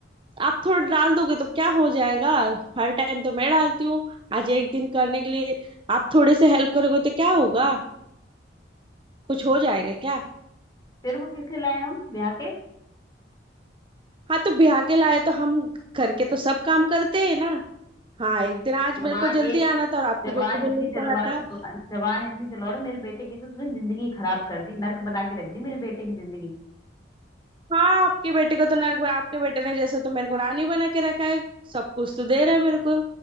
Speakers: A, on the right; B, on the left.
A: आप थोड़ा डाल दोगे तो क्या हो जाएगा हर टाइम तो मैं डालती हूँ आज एक दिन करने के लिए आप थोड़े से हेल्प करोगे तो क्या होगा कुछ हो जाएगा क्या
B: तेरे को किस लिए लाए हम ब्याह के
A: हाँ तो ब्याह के लाए तो हम घर के तो सब काम करते हैं ना हाँ एक दिन आज
B: जबान
A: मेरे को जल्दी
B: ए
A: आना था और आपके
B: जबान
A: बेटे
B: इतनी
A: को नहीं
B: चलवा
A: पड़ा
B: रहे
A: था
B: हो, जबान जबान इतनी चलवा रहे हो, मेरे बेटे की तो तूने जिंदगी खराब कर दी नर्क बना के रख दी मेरे बेटे की जिंदगी
A: हाँ आपके बेटे को तो नर्क आपके बेटे ने जैसे तो मेरे को रानी बना के रखा है सब कुछ तो दे रहा है मेरे को